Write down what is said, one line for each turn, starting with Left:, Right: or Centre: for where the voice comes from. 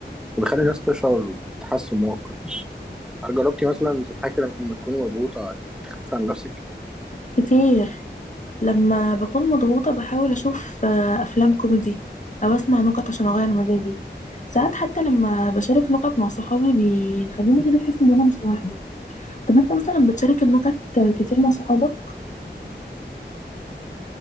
Centre: وبيخلي الناس تشعر بتحسن مؤقت هل جربتي مثلا تضحكي لما تكوني مضغوطة عشان تخففي عن نفسك؟
Left: كتير لما بكون مضغوطة بحاول اشوف آه، افلام كوميدي او اسمع نكت عشان اغير مزاجي ساعات حتى لما بشارك نكت مع صحابي بيخليني كده احس ان انا مش لوحدي طب انت مثلا بتشارك النكت كتير مع صحابك